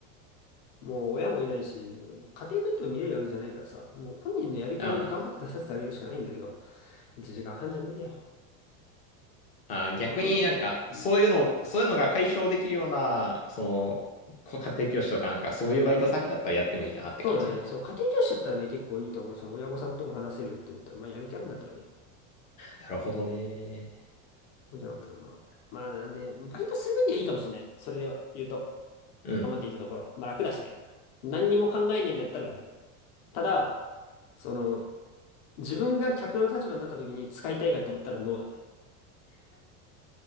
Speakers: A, on the left; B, on the left.
A: もう親もいないし、家庭環境見れるわけじゃないからさ、もう本人のやる気を頑張って出させてあげるしかないんだけど、
B: あー
A: 1時間半じゃ無理だよ。
B: あー、
A: もう本当に。
B: 逆になんか、
A: うん。
B: そういうの、そういうのが解消できるような、その、こう家庭教師とかなんか、そういうバイト先だったらやってもいいかなって感じ。
A: そうだね。そう、家庭教師だったらね、結構いいと思う。その親御さんとも話せるって言うんだったら、まあやる気あるんだったらね。
B: なるほどね。
A: そうじゃなかったら、まあ。まあ、なんで、バイトする分にはいいかもしれない。それでは言うと、
B: うん
A: 頑張っていたところ。まあ楽だしね。何にも考えないんだったら楽。ただ、その、自分が客の立場になった時に使いたいかと思ったらノーだね。